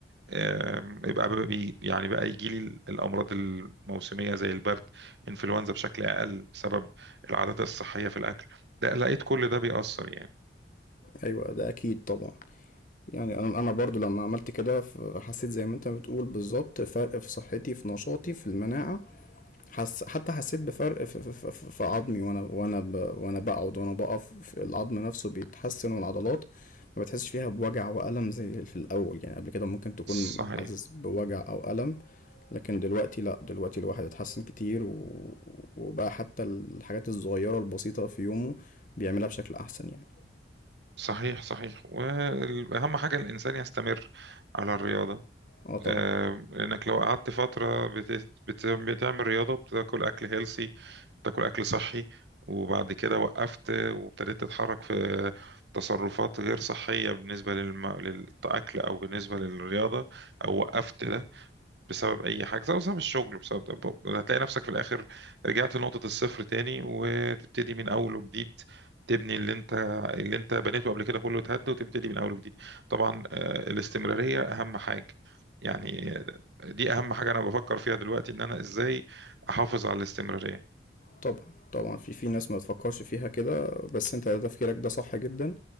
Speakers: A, on the right; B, on the left.
A: آم، يبقى بقى بي يعني بقى يجي لي الامراض الموسميه زي البرد انفلونزا بشكل اقل بسبب العادات الصحيه في الاكل ده لقيت كل ده بيأثر يعني
B: ايوه ده اكيد طبعا يعني انا انا برضو لما عملت كده ف- حسيت زي ما انت بتقول بالظبط فرق في صحتي في نشاطي في المناعة حس حتى حسيت بفرق في, في, في, في عظمي وانا وانا ب... وانا بقعد وانا بقف في العظم نفسه بيتحسن والعضلات ما بتحسش فيها بوجع وألم زي في الأول يعني قبل كده ممكن تكون
A: صحيح
B: حاسس بوجع أو ألم لكن دلوقتي لا دلوقتي الواحد اتحسن كتير و... وبقى حتى الحاجات الصغيرة البسيطة في يومه بيعملها بشكل أحسن يعني
A: صحيح صحيح واهم حاجه الانسان يستمر على الرياضه
B: اه طبعا
A: آه، لانك لو قعدت فتره بت- بت- بتعمل رياضه بتاكل اكل هيلسي بتاكل اكل صحي وبعد كده وقفت وابتديت تتحرك في تصرفات غير صحيه بالنسبه للم... للاكل او بالنسبه للرياضه او وقفت ده بسبب اي حاجه سواء بسبب الشغل بسبب ده ب- هتلاقي نفسك في الاخر رجعت لنقطه الصفر تاني وتبتدي من اول وجديد تبني اللي انت اللي انت بنيته قبل كده كله اتهد وتبتدي من اول وجديد طبعا آه، الاستمراريه اهم حاجه يعني آه، دي اهم حاجه انا بفكر فيها دلوقتي ان انا ازاي احافظ على الاستمراريه
B: طبعا طبعا في في ناس ما بتفكرش فيها كده بس انت تفكيرك ده صح جدا